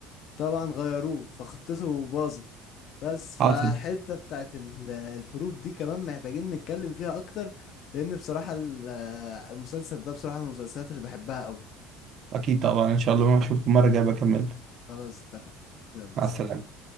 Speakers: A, on the left; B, on the right.
A: طبعا غيروه فخطته باظت بس فحتة
B: حاصل
A: بتاعت ال- الحروف دي كمان محتاجين نتكلم فيها اكتر لان بصراحة ال- المسلسل ده بصراحة من المسلسلات اللي بحبها قوي
B: اكيد طبعا ان شاء الله ما اشوفكم المره الجايه بكمل
A: خلاص اتفقنا يلا
B: مع
A: سلام
B: السلامه